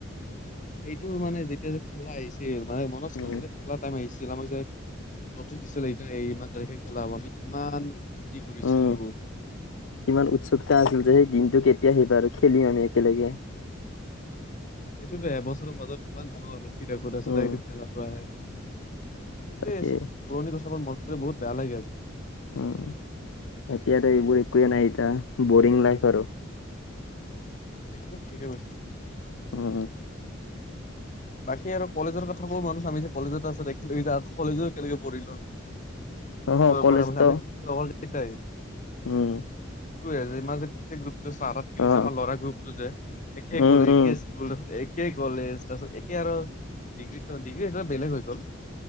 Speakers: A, on the left; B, on the left.
A: সেইটো মানে যেতিয়া যে খেলা আহিছিল মানে মনত চনে
B: উম
A: যেতিয়া খেলা টাইম আহিছিল। য, নটিচ দিছিল ইমান তাৰিখে খেলা হ আমি কিমান ফূৰ্তি কৰিছিলো
B: উম, কিমান উৎসুকতা আছিল যে সেই দিনটো কেতিয়া আহিবা আৰু খেলিম আমি একেলগে।
A: সেইটোতো এবছৰৰ মাজত কিমান ডাঙৰ ৰখি থাকো ত আছত
B: উম
A: এইটো খেলাটো আহে। এ
B: তাকে
A: পুৰণি কথাবোৰ মনত কৰি বহুত বেয়া লাগে আজিকালি।
B: উম এতিয়াতো এইবোৰ একোৱে নাই এতিয়া বৰিং লাইফ আৰু
A: একদম ঠিকে কৈছে আ।
B: অ - অ।
A: বাকী আৰু কলেজৰ কথাবোৰ মানুহ চামি যে কলেজত আছে দেখিলো কলেজো এক কিলোমিটাৰ আমি। ফুল
B: অহ কলেজতো
A: পৰা ঘ য ঘূাৰ গত্ব <unintelligible>
B: উম
A: ইাৰ যে গোটেই গ্ৰুটো আ আটাত কি হৈছে
B: অ
A: আমাৰ ল'ৰা গ্ৰুপতটো যে একে
B: উম
A: কলেজ
B: উম
A: একে স্কুল। একেই কলেজ তাৰপিছত একেই আৰু ডিগ্ৰী - ডিগ্ৰী সেই বেলেগ হৈ গ'ল।